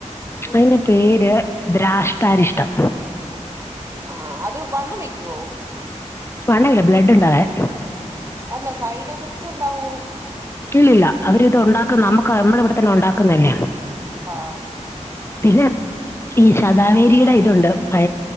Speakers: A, on the left; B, on the right.
A: അതിന്റെ പേര്. ദ്രാഷ്ടാരിഷ്ടം.
B: ആഹ്‌ അത് വണ്ണം വെക്കുവോ?
A: വണ്ണ അല്ല ബ്ലഡ്‌ ഉണ്ടാവാൻ.
B: അല്ല. സൈഡ് എഫക്ട് ഉണ്ടാകുവോ?
A: ഇല്ലില്ല അവരിത് ഉണ്ടാക്കുന്ന നമ്മുക്ക് നമ്മുടെ ഇവിടെ തന്നെ ഉണ്ടാക്കുന്നത ല്ലേ.
B: ആഹ്‌.
A: പിന്നെ ഈ ശതാവേരിയുടെ ഇതുണ്ട് അ